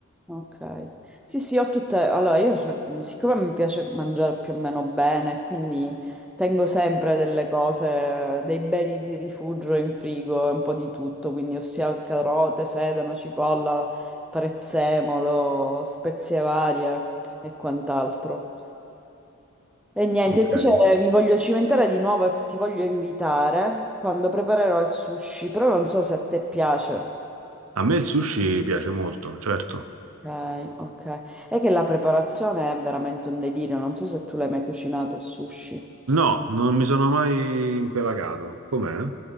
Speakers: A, in the centre; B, on the right.
A: Ok. Sì, sì, ho tutte... Allora, io, cioè, siccome mi piace mangiare più o meno bene, quindi tengo sempre delle cose, dei beni di rifugio in frigo, un po' di tutto, quindi ossia carote, sedano, cipolla, prezzemolo, spezie varie e quant'altro. E niente,
B: Ok.
A: invece mi voglio cimentare di nuovo e ti voglio invitare quando preparerò il sushi, però non so se a te piace.
B: A me il sushi piace molto, certo.
A: Ok, ok. È che la preparazione è veramente un delirio, non so se tu l'hai mai cucinato il sushi.
B: No, non mi sono mai impelagato. Com'è?